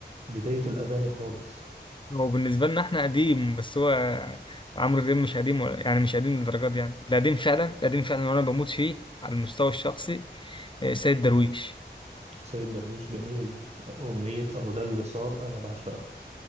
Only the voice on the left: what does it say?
هو بالنسبة لنا احنا قديم بس هو عمرو دياب مش قديم ولا- يعني مش قديم للدرجة دي يعني القديم فعلا القديم فعلا وانا بموت فيه على المستوى الشخصي آه، سيد درويش